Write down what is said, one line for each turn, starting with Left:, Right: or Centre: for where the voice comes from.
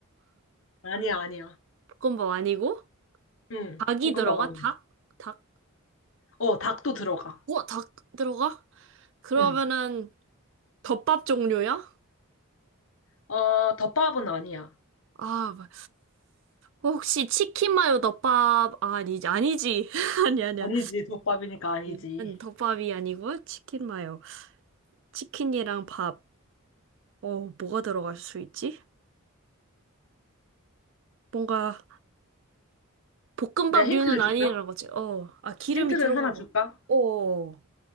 Left: 아니야, 아니야.
Right: 볶음밥 아니고?
Left: 응.
Right: 닭이
Left: 볶음밥
Right: 들어가?
Left: 아니야.
Right: 닭? 닭?
Left: 어, 닭도 들어가.
Right: 우와, 닭 들어가? 그러면은
Left: 응.
Right: 덮밥 종류야?
Left: 어, 덮밥은 아니야.
Right: 아, 뭐- 혹시 치킨 마요 덮밥 아, 아니지 아니지 <laughs> 아니 아니야
Left: 아니지, 덮밥이니까 아니지.
Right: 음. 아니, 덮밥이 아니고 치킨 마요 치킨이랑 밥 어 뭐가 들어갈 수 있지? 뭔가 볶음밥류는
Left: 내 힌트를 줄까?
Right: 아니라는 거지 어아 기름이
Left: 힌트를
Right: 들어가고
Left: 하나 줄까?
Right: 어아